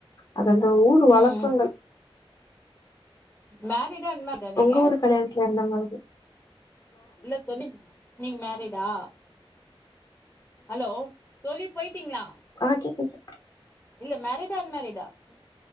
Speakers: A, on the left; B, on the left.
A: அது அந்த ஊரு வழக்கங்கள்
B: ம் மேரிடா அன்மேரிடா நீங்க
A: உங்க ஊரு கல்யாணத்துல என்ன மாதி
B: இல்ல <inaudible> நீங் மேரிடா ஹலோ தோழி போய்ட்டீங்களா
A: ஆஹ் கேக்குச்சு
B: இல்ல மேரிடா அன் மேரி டா